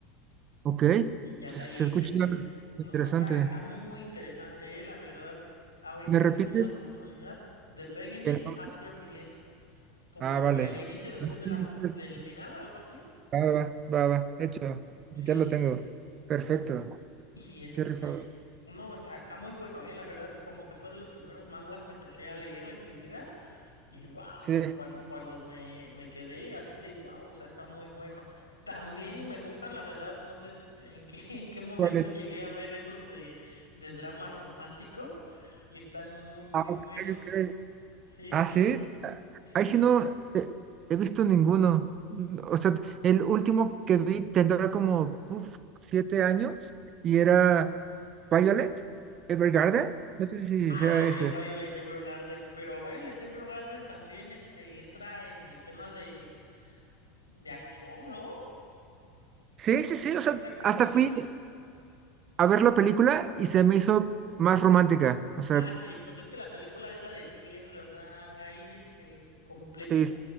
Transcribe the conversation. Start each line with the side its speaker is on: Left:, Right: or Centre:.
Right: Ok.
Left: Y ya
Right: Se,
Left: de ahí
Right: se escucha
Left: se empieza.
Right: interesante.
Left: No, está, está muy, muy interesante, eh, la verdad. Ahorita
Right: ¿Me repites
Left: si tiene la oportunidad, The Beginning
Right: el nombre?
Left: After the End, como
Right: Ah, vale.
Left: el inicio después
Right: Ah,
Left: de
Right: sí,
Left: la, mu-
Right: sí.
Left: del final, algo así.
Right: Va, va, va, va.
Left: Ajá.
Right: Hecho.
Left: Sí,
Right: Ya lo tengo. Perfecto.
Left: sí. Y este,
Right: Qué rifado.
Left: no, está, está muy bueno, eh, la verdad, como que fue de los primeros manguas que empecé a leer en mi vida. Y wow,
Right: Sí.
Left: cuando, cuando me, me quedé así de wow, o sea, está muy bueno. También me gustan, la verdad, no sé si- en qué, <laughs> en qué momento
Right: ¿Cuál es?
Left: llegué a ver esos de, de dramas románticos y están muy, muy
Right: Ah, ok,
Left: buenos.
Right: ok.
Left: Sí,
Right: Ah,
Left: sí,
Right: sí. Ah,
Left: sí.
Right: Ahí sí no eh, he, visto ninguno. N- O sea, el último que vi tendrá como uf, siete años y era Violet Evergarden.
Left: ajá.
Right: No sé si
Left: Ay,
Right: sea ese.
Left: ve Violet Evergarden, pero Violet Evergarden también este, entra en el tema de, de acción, ¿no?
Right: Sí,
Left: ¿Estás
Right: sí, sí. O
Left: estás
Right: sea,
Left: de acuerdo?
Right: hasta
Left: Sí.
Right: fui a ver la película y se me hizo más romántica. O sea,
Left: Ah, sí, pues es que la película es la del cierre, o sea, ahí este, completa.
Right: sí, sí,